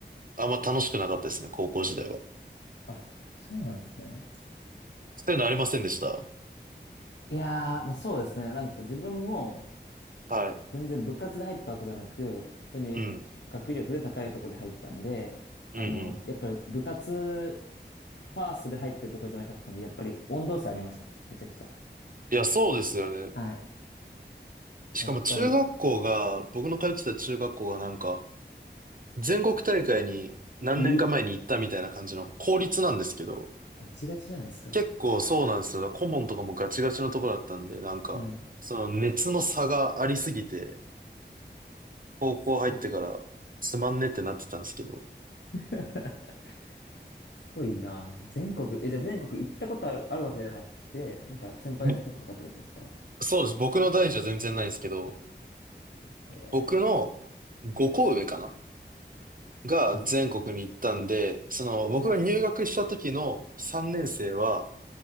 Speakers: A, on the right (about 50°); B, on the left (about 75°).
A: あんま楽しくなかったですね、高校時代は。
B: あ、そうなんですね。
A: そういうのありませんでした
B: いやー、まあ、そうですね。なんか自分も
A: はい。
B: 全然部活で入ったわけじゃなく、普通に学力で高いとこで入ったんで、
A: うん。うんうん。
B: あの、やっぱり部活ファーストで入ってるとこじゃなかったんで、やっぱり温度差ありました。めちゃくちゃ。
A: いや、そうですよね。
B: はい。
A: しかも中学校が、
B: やっぱり、
A: 僕の通ってた中学校がなんか、全国大会に何年か前に行ったみたいな感じの公立なんですけど、
B: えガチガチじゃないですか。
A: 結構そうなんですよ。顧問とかもガチガチのとこだったんで、なんか、
B: はい。
A: その熱の差がありすぎて、高校入ってからつまんねってなってたんですけど、
B: すごいですね。<laughs> すごいなあ。全国、え、じゃあ全国行ったことある、あるわけではなくて、なんか先輩とかがってことですか
A: ぼそうです。僕の代じゃ全然ないんですけど、
B: ええ
A: 僕の5校上かなが全国に行ったんで、
B: ーあ、
A: その僕が入学した時の3年生は
B: こ、